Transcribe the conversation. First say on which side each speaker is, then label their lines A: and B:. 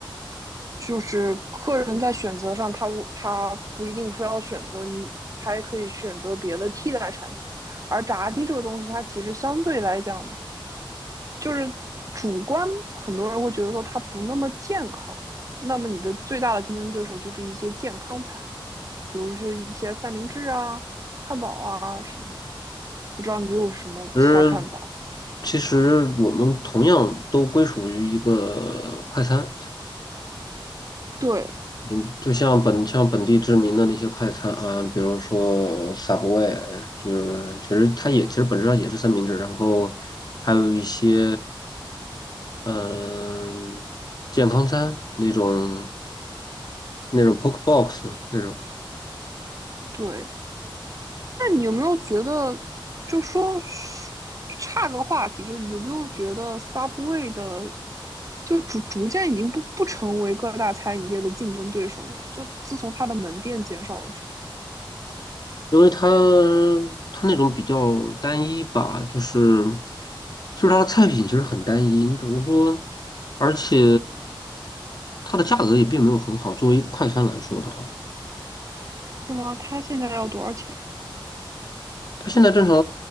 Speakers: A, on the right; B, on the left.
A: 就是客人在选择上他，他他不一定非要选择你，他也可以选择别的替代产品。而炸鸡这个东西，它其实相对来讲，就是主观，很多人会觉得说它不那么健康。那么你的最大的竞争对手就是一些健康餐，比如说一些三明治啊、汉堡啊什么的。不知道你有什么其他看法？
B: 其实，其实我们同样都归属于一个快餐。
A: 对
B: 嗯，就像本像本地知名的那些快餐啊，比如说 Subway，就是其实它也其实本质上也是三明治，然后还有一些嗯、健康餐那种那种 poke box 那种，
A: 对，那你有没有觉得，就说差个话题，就你有没有觉得 Subway 的，就逐逐渐已经不不成为各大餐饮业的竞争对手了？就自从它的门店减少了之后，
B: 因为它它那种比较单一吧，就是就是它的菜品其实很单一，你比如说，而且它的价格也并没有很好，作为一个快餐来说的话。
A: 是吗？它现在要多少钱？
B: 它现在正常